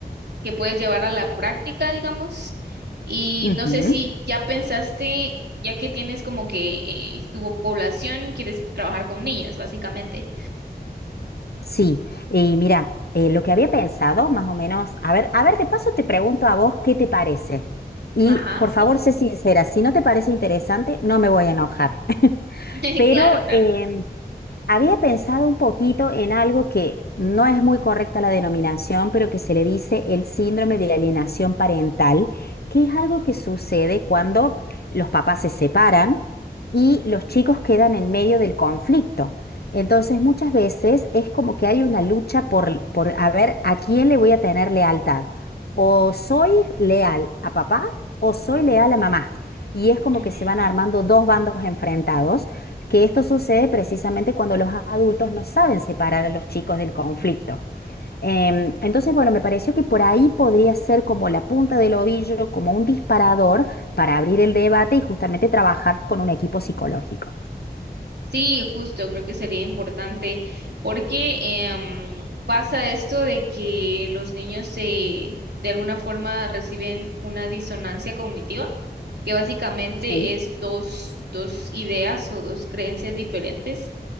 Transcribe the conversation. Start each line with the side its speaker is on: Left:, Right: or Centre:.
Right: que puedes llevar a la práctica, digamos. Y
Left: ujú.
Right: no sé si ya pensaste, ya que tienes como que eh, tu población, quieres trabajar con niños, básicamente.
Left: Sí, y mira, eh, lo que había pensado, más o menos, a ver, a ver, de paso te pregunto a vos qué te parece. Y
Right: Ajá,
Left: por
Right: sí.
Left: favor, sé sincera, si no te parece interesante, no me voy a enojar. <laughs>
Right: <laughs>
Left: Pero
Right: Claro, claro,
Left: em, Había pensado un poquito en algo que no es muy correcta la denominación, pero que se le dice el síndrome de alienación parental, que es algo que sucede cuando los papás se separan y los chicos quedan en medio del conflicto. Entonces muchas veces es como que hay una lucha por, por a ver a quién le voy a tener lealtad. O soy leal a papá o soy leal a mamá. Y es como
Right: cuéntame.
Left: que se van armando dos bandos enfrentados, que esto sucede precisamente cuando los adultos no saben separar a los chicos del conflicto. Em, entonces, bueno, me pareció que por ahí podría ser como la punta del ovillo, como un disparador para abrir el debate y justamente trabajar con un equipo psicológico.
Right: Sí, justo, creo que sería importante porque em, pasa esto de que los niños se, de alguna forma reciben una disonancia cognitiva, que básicamente
Left: Sí.
Right: es dos, dos ideas o dos creencias diferentes